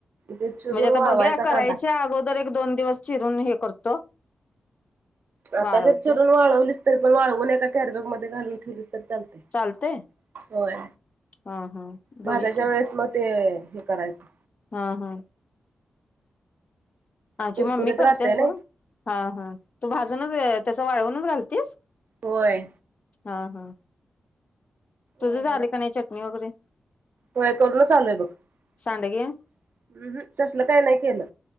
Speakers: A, on the right; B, on the left.
A: ते चिरून
B: म्हणजे आता
A: वाळवायचा
B: बघूया करायच्या
A: कांदा
B: अगोदर एक दोन दिवस चिरून हे करतो
A: आता
B: वाळवतो.
A: जर चिरून वाळवलीस तरी पण वाळवून एका कॅरीबॅग मध्ये घालून ठेवलीस तर चालते
B: चालतय
A: होय
B: हा हा बघूया
A: भाज्याच्या
B: की
A: वेळेस मग ते हे करायचं
B: हा हा आमची
A: कुरकुरीत
B: मम्मी करते
A: राहते
B: अस
A: ना
B: हा हा तू भाजन ते तस वाळवूनच घालतेस
A: होय
B: हा हा तुझ
A: वाळवूनच
B: झाले की नाही चटणी वगैरे
A: होय करूनच आलय बघ हुम
B: सांडगे
A: हुं तसल काय नाही केलं